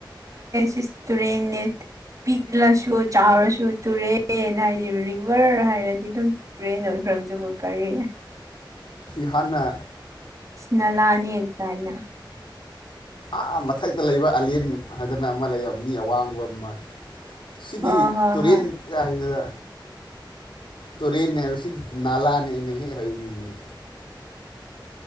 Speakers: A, on the right; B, on the left.
A: ꯤꯁ ꯇꯨꯔꯦꯟꯅꯦꯠ ꯄꯤꯛꯂꯁꯨ ꯆꯥꯎꯔꯁꯨ ꯇꯨꯔꯦꯅ ꯍꯥꯏꯗꯤ ꯈꯕꯔ ꯍꯥꯏꯔꯗꯤ ꯑꯗꯨꯝꯨꯔꯦ ꯅꯣꯏꯈ꯭ꯔꯕꯗꯨꯕꯨ ꯀꯔꯤ
B: ꯏꯍꯥꯟꯅ
A: ꯏꯁ ꯅꯂꯥꯅꯤ ꯀꯥꯏꯅ
B: ꯑꯥ ꯃꯊꯛꯇ ꯂꯩꯕ ꯑꯂꯦꯟ ꯍꯥꯏꯗꯅ ꯑꯃ ꯂꯩꯕ ꯃꯤ ꯑꯋꯥꯡꯕ ꯑꯃ ꯁꯤꯗꯤ
A: ꯑꯣ ꯍꯣꯏ
B: ꯇꯨꯔꯦꯟ
A: ꯍꯣꯏ
B: ꯀꯥꯏ ꯍꯥꯏꯁꯤꯗ ꯇꯔꯤ ꯅꯕꯁꯤ ꯅꯂꯥꯅꯦꯅꯦ ꯍꯥꯏꯕꯤꯅꯤ